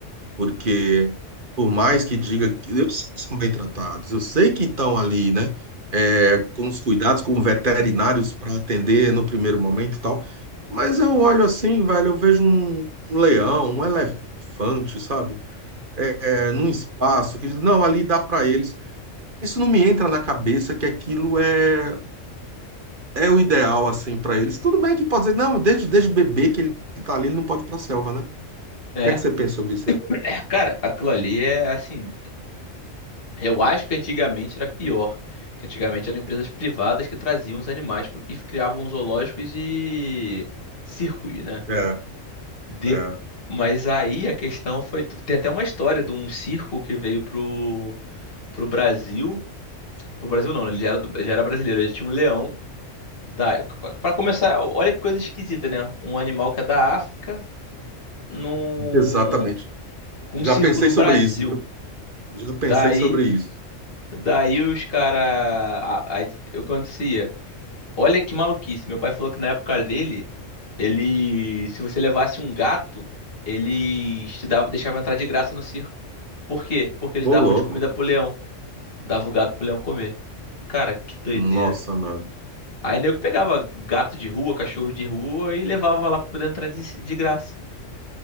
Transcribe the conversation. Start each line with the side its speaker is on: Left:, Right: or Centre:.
Right: Porque por mais que diga que eu sei que são bem tratados, eu sei que estão ali, né? é, com os cuidados com veterinários para atender no primeiro momento e tal. Mas eu olho assim, velho, eu vejo um um leão, um elefante, sabe? é, é, num espaço, que diz, não, ali dá para eles. Isso não me entra na cabeça que aquilo é, é o ideal, assim, para eles. Tudo bem que pode dizer, não, desde, desde bebê que ele está ali, ele não pode ir para a selva, né? O
Left: é.
Right: que é que você pensa sobre isso? aí?
Left: É, cara, aquilo ali é assim. Eu acho que antigamente era pior. Que antigamente eram empresas privadas que traziam os animais pro- e criavam zoológicos e circos, né?
Right: É,
Left: De...
Right: é,
Left: Mas aí a questão foi. Tem até uma história de um circo que veio pro, pro Brasil. Pro Brasil não, né? Ele já era, do- já era brasileiro. Ele tinha um leão da. Pra começar, olha que coisa esquisita, né? Um animal que é da África num...
Right: exatamente.
Left: com
Right: Já
Left: um circo
Right: pensei
Left: no
Right: sobre
Left: Brasil.
Right: isso, viu? Já pensei
Left: Daí,
Right: sobre isso.
Left: daí os caras. O que acontecia? Olha que maluquice. Meu pai falou que na época dele, ele. Se você levasse um gato, eles te dava... deixavam entrar de graça no circo. Por quê? Porque eles
Right: Ô,
Left: davam
Right: louco.
Left: de comida pro leão. Dava o gato pro leão comer. Cara, que doideira.
Right: Nossa, mano.
Left: Aí nego pegava gato de rua, cachorro de rua e levava lá pra poder entrar de, de graça.